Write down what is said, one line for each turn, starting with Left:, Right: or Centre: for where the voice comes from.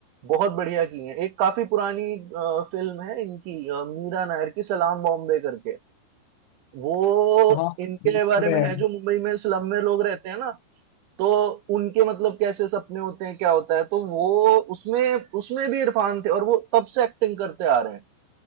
Right: बहुत बढ़िया की हैं एक काफी पुरानी अ, फिल्म है इनकी अ, मीरा नायर की सलाम बॉम्बे करके वो
Left: हाँ
Right: इनके
Left: यूट्यूब
Right: बारे
Left: पे
Right: में
Left: है
Right: है जो मुंबई में स्लम में लोग रहते हैं ना तो उनके मतलब कैसे सपने होते हैं क्या होता है तो वो उसमें उसमें भी इरफान थे और वो तब से एक्टिंग करते आ रहे हैं